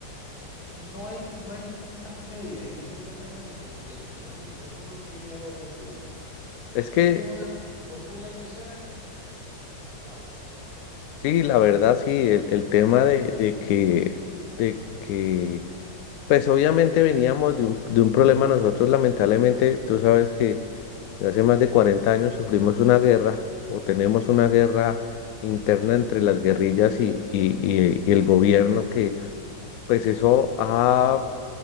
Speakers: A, on the left; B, on the left.
A: eh, no hay, no hay tintas medias en este tema del, del, del socialismo, eso es lo que he llegado a ver yo. O
B: es
A: sea, aquí
B: que,
A: no es, por muy laica que sea, no hay.
B: sí, la verdad, sí, el, el tema de, de que... De que Pues obviamente veníamos de un, de un problema nosotros, lamentablemente, tú sabes que hace más de 40 años sufrimos una guerra o tenemos una guerra interna entre las guerrillas y, y- y- y el gobierno que pues eso ha,